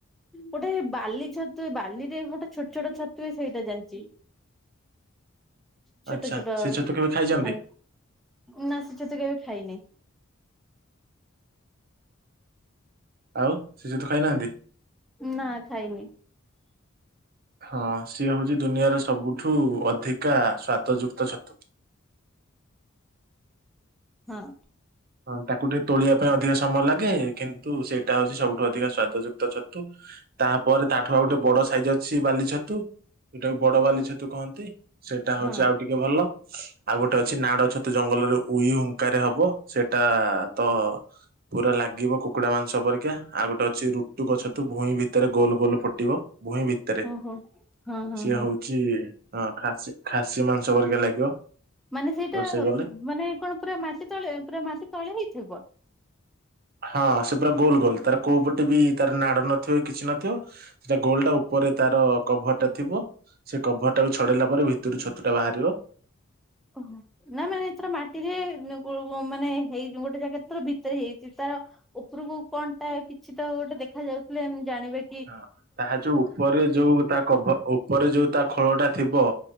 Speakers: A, in the centre; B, on the right.
A: ଗୋଟେ ବାଲି ଛତୁ ବାଲିରେ ଗୋଟେ ଛୋଟ ଛୋଟ ଛତୁ ହୁଏ ସେଇଟା ଜାଣିଚି। ଛୋଟ
B: ଆଚ୍ଛା
A: ଛୋଟ
B: ସେ ଛତୁ କେବେ ଖାଇଛନ୍ତି?
A: ଆ ନା ସେ ଛତୁ କେବେ ଖାଇନି।
B: ଆଉ ସେ ଛତୁ ଖାଇ ନାହାନ୍ତି?
A: ନା ଖାଇନି।
B: ହଁ ସିଏ ହଉଛି ଦୁନିଆର ସବୁଠୁ ଅଧିକା ସ୍ୱାଦଯୁକ୍ତ ଛତୁ।
A: ହଁ।
B: ହଁ ତାକୁ ଟିକେ ତୋଳିବା ପାଇଁ ଅଧିକା ସମୟ ଲାଗେ। କିନ୍ତୁ ସେଇଟା ହଉଛି ସବୁଠୁ ଅଧିକ ସ୍ଵାଦଯୁକ୍ତ ଛତୁ। ତାପରେ ତାଠୁ ଆଉ ଗୋଟେ ବଡ ସାଇଜ ଅଛି ବାଲି ଛତୁ, ସେଟାକୁ ବଡ ବାଲି ଛତୁ କହନ୍ତି। ସେଇଟା ହଉଛି
A: ହଁ
B: ଆଉ ଟିକେ ଭଲ, ଆଉ ଗୋଟେ ଅଛି ନାଡ ଛତୁ ଜଙ୍ଗଲରେ ଉଇ ହୁଙ୍କାରେ ହବ। ସେଟା ତ ପୁରା ଲାଗିବ କୁକୁଡ଼ା ମାଂସ ପରିକା, ଆଉ ଗୋଟେ ଅଛି ରୁଟୁକ ଛତୁ ଭୁଇଁ ଭିତରେ ଗୋଲ ଗୋଲ ଫୁଟିବ। ଭୂଇଁ ଭିତରେ
A: ଓହୋ ହଁ ହଁ
B: ସିଏ
A: ହଁ
B: ହଉଛି ହଁ ଖାସି ଖାସି ମାଂସ ପରିକା ଲାଗିବ
A: ମାନେ ସେଇଟା
B: ରୋଷେଇ କଲେ।
A: ମାନେ କଣ ପୁରା ମାଟି ତଳେ, ପୁରା ମାଟି ତଳେ ହେଇଥିବ?
B: ହଁ ସେ ପୁରା ଗୋଲ ଗୋଲ ତାର କୋଉ ପଟେ ବି ତାର ନାଡ ନଥିବ କିଛି ନଥିବ, ସେଟା ଗୋଲଟା ଉପରେ ତାର କଭର୍ ଟା ଥିବ। ସେ କଭର୍ ଟାକୁ ଛଡ଼େଇଲା ପରେ ଭିତରୁ ଛତୁଟା ବାହାରିବ।
A: ଓହୋ! ନା ମାନେ ସେଟା ମାଟିରେ ମାନେ କୋଉ ଓ ମାନେ ହେଇ ଯୋଉ ଗୋଟେ ଜାଗାରେ ଧର ଭିତରେ ହେଇଚି, ତାର ଉପରକୁ କଣଟା କିଛି ତ ଗୋଟେ ଦେଖାଯାଉଥିଲେ ଆମେ ଜାଣିବେ?
B: ହଁ ତାହା ଯୋଉ ଉପରେ ଯୋଉ ତା କଭ ଉପରେ ଯୋଉ ତା ଖୋଳ ଟା ଥିବ